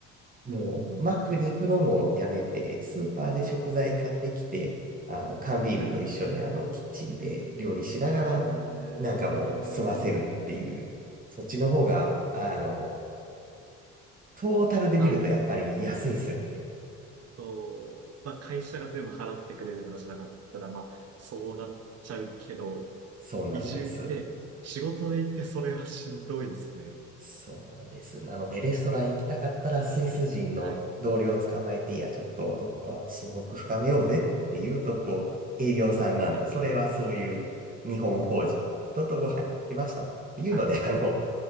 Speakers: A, on the right; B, on the right.
A: もう、
B: うん。
A: マックに行くのもやめて、
B: と、
A: スーパーで食材買ってきて、あの、缶ビールと一緒にあの、
B: はい。
A: キッチンで料理しながら、
B: え
A: なんかもう、済ませるっていう、
B: え
A: そっちの方が、あの、トータルで見るとやっぱり安いんですよね。
B: まあ、と、まあ、会社が全部払ってくれるとかじゃなかったら、まあ、そうなっちゃうけど、
A: そうなんです。
B: 移住で、仕事で行ってそれはしんどいですね。
A: そうなんです。なので、レストラン行きたかったら、スイス人の同僚を捕まえて、
B: はい。
A: いや、ちょっとどっか親睦深めようぜって言うと、こう、営業さんなんで、
B: はい。
A: それはそういう日本法人の人とご飯に行きましたっていうので、
B: はい。
A: あの、